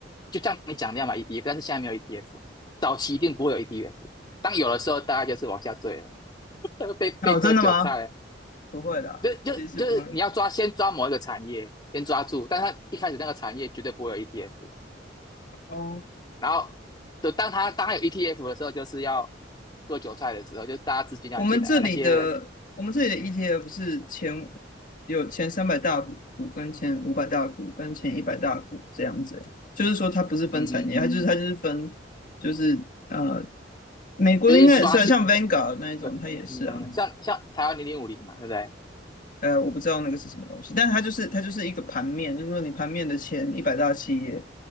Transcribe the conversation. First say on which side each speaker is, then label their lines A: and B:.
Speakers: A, on the left; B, on the left.
A: 就像你讲的要买 ETF，但是现在没有 ETF 啊，早期一定不会有 ETF。当有的时候，大家就是往下坠了，<laughs> 被被割韭菜了。
B: 哦，真的吗？不会啦，
A: 就就就是你要抓，
B: 其实是不会。
A: 先抓某一个产业，先抓住，但是它一开始那个产业绝对不会有 ETF，
B: 哦
A: 然后就当他当他有 ETF 的时候，就是要割韭菜的时候，就是大家资金要进来，
B: 我们这里的我们这里的
A: 啊那些人，
B: ETF 是前有前三百大股跟前五百大股跟前一百大股这样子欸就是说它不是分产业，
A: 嗯嗯嗯，
B: 它就是它就是分就是呃，美国的应该也是啊，
A: 就是刷新，
B: 像 Vanguard 那一种，
A: 呃嗯嗯，
B: 它也是啊。
A: 嗯像像台湾零零五零嘛，对不对？
B: 呃，我不知道那个是什么东西，但它就是它就是一个盘面，就是说你盘面的前一百大企业，